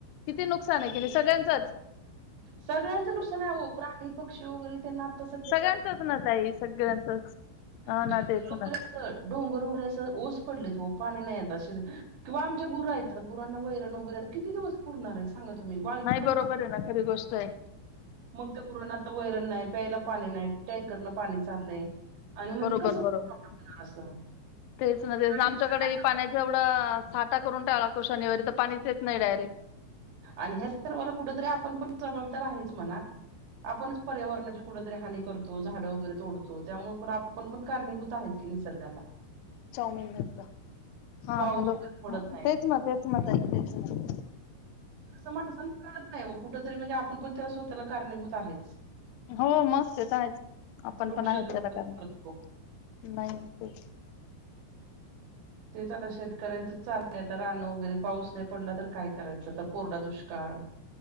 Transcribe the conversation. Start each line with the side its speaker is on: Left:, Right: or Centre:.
Left: किती नुकसान आहे कि नाही सगळ्यांचंच
Right: सगळ्यांचं नुकसान आहे अहो प्राणी पक्षी वगैरे त्यांना आता सध्या
Left: सगळ्यांचच ना तई सगळ्यांचच
Right: जंगल
Left: हा ना तेच
Right: वैगेरे
Left: ना
Right: असं डोंगर वैगेरे असं ओस पडले ओ पाणी नशील येत किंवा आमच्या गुर आहेत आत्ता गुरांना वैरंण वैगेरे आत्ता किती दिवस पुरणार आहे सांगा तुम्ही वाळकी
Left: नाही बरोबर
Right: पण
Left: आहे ना खरी गोष्ट आहे
Right: मग त्या गुरांना आता वैरण नाही प्यायला पाणी नाही टँकरन पाणी चाललंय आणि म्हणजे
Left: बरोबर
Right: कसं पुरवठा
Left: बरोबर
Right: होणार असं
Left: तेच ना तेच
Right: काय
Left: आमच्याकडे
Right: निसर्गाचं
Left: पाण्याच एवढं साठा करून टाय लागतो शनिवारी तर पाणीच येत नाही डायरेक्ट
Right: आणि ह्या सर्वाला कुठतरी आपण पण जबाबदार आहेच म्हणा आपणच पर्यावरणाची कुरी हा करतो झाड वगैरे तोडतो त्यामुळे पण आपण पण कारणीभूत आहेत की निसर्गाला
Left: चाऊमिन घेऊन जा. हा
Right: पाऊस
Left: हॅलो
Right: वगैरे पडत नाही
Left: तेच म तेच मा तई तेच म
Right: ं माणसांना कळत नाही कुठ तरी म्हणजे आपण पण त्याला स्वतःला कारणीभूत आहेच
Left: हो मस्त येत आहे आपण
Right: वृक्ष
Left: पण आहेत
Right: तोडकं
Left: कलाकारणार
Right: करतो.
Left: नाही नाही ते
Right: तेच आता शेतकऱ्यांच चाल रानं वगैरे पाऊस नाही पडला तर काय करायचंता कोरडा दुष्काळ